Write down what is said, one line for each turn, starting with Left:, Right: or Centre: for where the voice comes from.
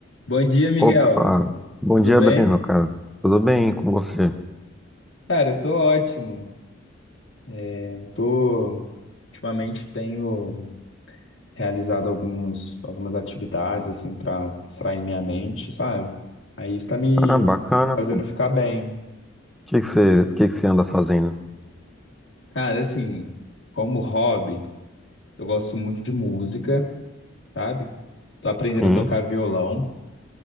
Left: Bom dia, Miguel.
Centre: Opa, bom
Left: Tudo
Centre: dia,
Left: bem?
Centre: Breno, cara. Tudo bem com você?
Left: Cara, eu tô ótimo. Eu tô ultimamente tenho realizado alguns algumas atividades assim para distrair minha mente, sabe? Aí isso tá me
Centre: Ah, bacana,
Left: fazendo
Centre: pô. O
Left: ficar bem.
Centre: que que você, que que você anda fazendo?
Left: Cara, assim, como hobby, eu gosto muito de música, sabe? Tô aprendendo
Centre: Sim.
Left: a tocar violão.